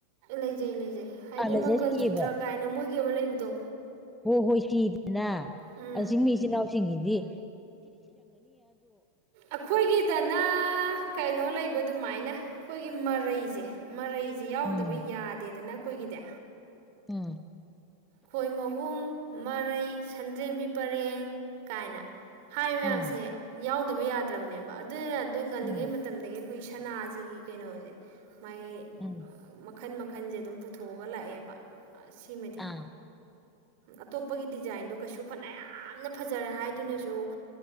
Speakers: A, on the right; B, in the centre.
A: ꯂꯩꯖꯩ ꯂꯩꯖꯩ ꯍꯥꯏꯗꯤ
B: ꯑꯥ ꯂꯩꯖꯩ
A: ꯃꯪꯒꯜ
B: ꯁꯤꯑꯕ
A: ꯆꯨꯇ꯭ꯔ ꯀꯥꯏꯅ ꯃꯣꯏꯒꯤ ꯑꯃ ꯂꯩꯕꯗꯣ
B: ꯍꫭ ꯍꯣꯏꯁꯤ ꯅꯥ
A: ꯎꯝ
B: ꯑꯁꯤꯡꯃꯤ ꯏꯆꯤꯟꯅꯥꯎ ꯁꯤꯡꯒꯤꯗꯤ
A: ꯑꯩꯈꯣꯏꯒꯤꯗꯅ ꯀꯩꯅꯣ ꯂꯩꯕ ꯑꯗꯨꯃꯥꯏꯅ ꯑꯩꯈꯣꯏꯒꯤ ꯃꯔꯩꯁꯦ ꯃꯔꯩ ꯁꯦ ꯌꯥꯎꯗꯕ
B: ꯎꯝ
A: ꯌꯥꯗꯦꯗꯅ ꯑꯩꯈꯣꯏꯒꯤꯗꯤ
B: ꯎꯝ
A: ꯈꯣꯏ ꯃꯍꯨꯝ ꯃꯔꯩ ꯁꯟꯗ꯭ꯔꯦꯝꯕꯤ ꯄꯔꯦꯡ ꯀꯥꯏꯅ ꯍꯥꯏꯔꯤꯕ ꯃꯌꯥꯝꯁꯦ
B: ꯎꯝ
A: ꯌꯥꯎꯗꯕ ꯌꯥꯗ꯭ꯔꯕꯅꯦꯕ ꯑꯗꯨꯅ ꯑꯗꯨ ꯉꯜꯂꯤꯉꯩ
B: ꯎꯝ
A: ꯃꯇꯝ ꯑꯩꯈꯣꯏ ꯁꯅꯥꯁꯤꯒꯤ ꯀꯩꯅꯣꯁꯦ ꯃꯥꯥꯏ
B: ꯎꯝ
A: ꯃꯈꯟ ꯃꯈꯟꯁꯦ ꯑꯗꯨꯝ ꯄꯨꯊꯣꯛꯑꯒ ꯂꯥꯛꯑꯦꯕ ꯁꯤꯃꯗꯤ
B: ꯑꯥ
A: ꯑꯇꯣꯞꯄꯒꯤ ꯗꯤꯖꯥꯏꯟꯗꯣ ꯀꯩꯁꯨ ꯐꯅ ꯌꯥꯝꯅ ꯐꯖꯔꯦ ꯍꯥꯏꯗꯨꯅꯁꯨ